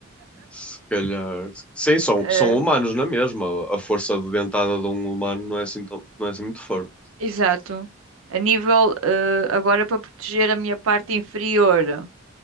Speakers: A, in the centre; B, on the right (about 80°).
A: se calhar. Sim, são,
B: Eh,
A: são humanos na mesma. A força de dentada de um humano não é assim, tão, não é assim muito forte.
B: exato. A nível, eh, agora para proteger a minha parte inferior,